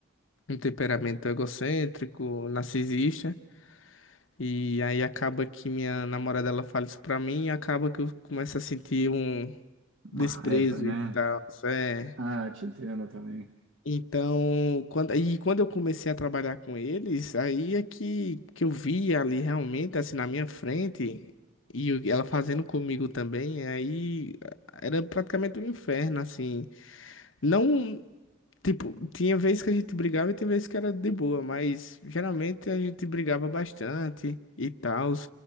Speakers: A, on the left (about 75°); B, on the right (about 70°).
A: um temperamento egocêntrico, narcisista. E aí acaba que minha namorada ela fala isso pra mim e acaba que eu começo a sentir um
B: Uma
A: desprezo
B: raiva, né?
A: e tal. É.
B: Ah, te entendo também.
A: Então, quando, e quando eu comecei a trabalhar com eles, aí é que, que eu vi ali realmente, assim, na minha frente, e eu- ela fazendo comigo também, aí era praticamente um inferno, assim. Não, tipo, tinha vezes que a gente brigava e tinha vezes que era de boa, mas geralmente a gente brigava bastante e tal.